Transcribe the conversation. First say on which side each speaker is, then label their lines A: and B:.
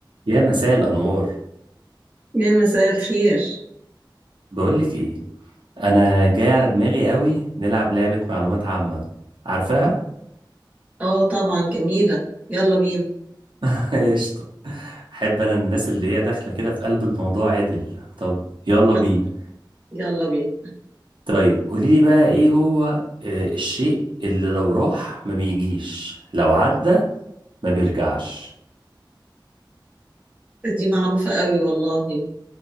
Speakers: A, on the right; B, on the right.
A: يا مساء الأنوار
B: يا مساء الخير
A: بقولك إيه أنا جاي على دماغي قوي نلعب لعبة معلومات عامة عارفاها؟
B: اه طبعا جميلة يلا بينا
A: <laughs> قشطة أحب أنا الناس اللي هي داخلة كده في قلب الموضوع عدل طب يلا بينا
B: بس يلا بينا
A: طيب قوليلي بقى إيه هو آه، الشيء اللي لو راح ما بيجيش لو عدى ما بيرجعش
B: دي معروفة قوي والله